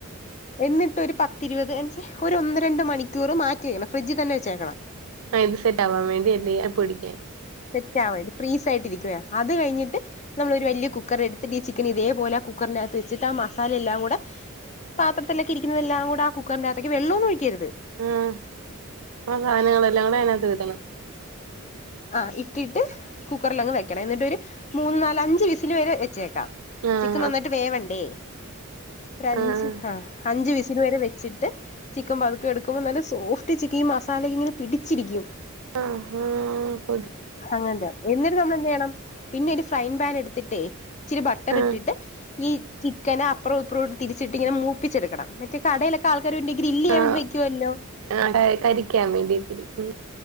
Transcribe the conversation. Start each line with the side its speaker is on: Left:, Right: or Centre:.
Left: എന്നിട്ട് ഒരു പത്തിരുപത് അഞ്ച് ഒരു ഒന്ന് രണ്ട് മണിക്കൂറ് മാറ്റിവയ്ക്കണം ഫ്രിഡ്ജിൽ തന്നെ വെച്ചേക്കണം.
Right: ആഹ് ഇത് സെറ്റാവാൻ വേണ്ടി അല്ലേ പൊടിക്കാൻ
Left: സെറ്റവാൻ ഫ്രീസ് ആയിട്ടിരിക്കുവേ അത് കഴിഞ്ഞിട്ട്. നമ്മളൊരു വലിയ കുക്കറെടുത്തിട്ട് ഈ ചിക്കൻ ഇതേപോലെ ആ കുക്കറിന്റാത്ത് വെച്ചിട്ട് ആ മസാലയെല്ലാം കൂടെ പാത്രത്തിലൊക്കെ ഇരിക്കുന്നതെല്ലാം കൂടെ ആ കുക്കറിന്റാത്തേക്ക് വെള്ളൊന്നും ഒഴിക്കരുത്.
Right: ആഹ് ആ സാധനങ്ങളെല്ലാം കൂടെ അതിനാത്തോട്ടിടണം.
Left: ആഹ് ഇട്ടിട്ട് കുക്കറിലങ്ങ് വെയ്ക്കണം എന്നിട്ടൊരു മൂന്ന് നാല് അഞ്ച് വിസില് വരെ വെച്ചേക്കാം
Right: ആഹ്
Left: ചിക്കൻ നന്നായിട്ട് വേവണ്ടേ ഒരഞ്ച്
Right: ആഹ്
Left: ഹാ അഞ്ച് അഞ്ച് വിസില് വരെ വെച്ചിട്ട്. ചിക്കൻ പതുക്കെ എടുക്കുമ്പൊ നല്ല സോഫ്റ്റ് ചിക്കൻ ഈ മസാല ഇങ്ങനെ പിടിച്ചിരിക്കും.
Right: ആഹ് ഹാ
Left: അങ്ങനത്തെയാ എന്നിട്ട് നമ്മൾ എന്ത് ചെയ്യണം പിന്നെയൊരു ഫ്രയിംഗ് പാൻ എടുത്തിട്ടേ ഇച്ചിരി ബട്ടർ
Right: ആഹ്
Left: ഇട്ടിട്ട് ഈ ചിക്കനെ അപ്പുറോം ഇപ്പറോം ഇട്ട് തിരിച്ചിട്ട് ഇങ്ങനെ മൂപ്പിച്ചെടുക്കണം ഈ കടേലൊക്കെ ആൾക്കാരൊണ്ട് ഈ ഗ്രില്ല് ചെയ്യാൻ
Right: ആഹ്
Left: വേണ്ടി വെയ്ക്കുവല്ലോ
Right: ആഹ് കരി കരിക്കാൻ വേണ്ടീട്ട് ഉം